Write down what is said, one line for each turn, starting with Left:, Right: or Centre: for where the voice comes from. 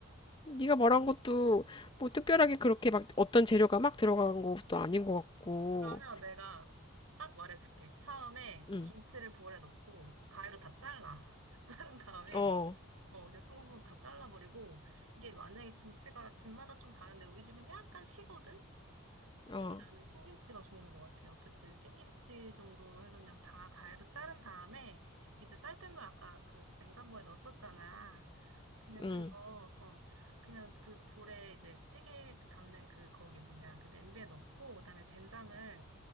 Left: 네가 말한 것도 뭐 특별하게 그렇게 막 어떤 재료가 막 들어간 것도 아닌 것 같고.
Right: 그러면 내가 딱 말해줄게. 처음에
Left: 응,
Right: 김치를 볼에 넣고 가위로 다 잘라. <laughs> 자른 다음에
Left: 어,
Right: 어 그냥 숭숭숭 다 잘라버리고 이게 만약에 김치가 집마다 좀 다른데 우리 집은 약간 시거든?
Left: 어,
Right: 근데 나는 신김치가 좋은 것 같아. 어쨌든 신김치 정도로 해서 그냥 다 가위로 자른 다음에 이제 쌀뜨물 아까 그 냉장고에 넣었었잖아. 그냥
Left: 응,
Right: 그거 어 그냥 그 볼에 이제 찌개 그 담는 그 거기 뭐냐 그 냄비에 넣고 그다음에 된장을